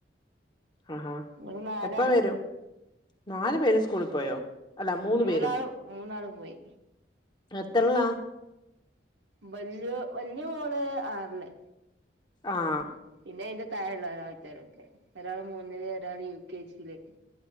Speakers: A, on the left; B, on the right.
A: ആഹാ
B: ഇവിടെ നാലാളാ
A: എപ്പ വരും നാല് പേര് സ്കൂളി പോയോ അല്ല മൂന്ന്
B: മൂന്നാളും
A: പേരും
B: മൂന്നാള് പോയി
A: എത്തർള
B: വല്യ വല്യ മോള് ആറില്
A: ആഹ
B: പിന്നെ അതിന്റെ താഴെള്ളേരാ മറ്റൊലൊക്കെ ഒരാൾ മൂന്നില് ഒരാള് യു കെ ജില്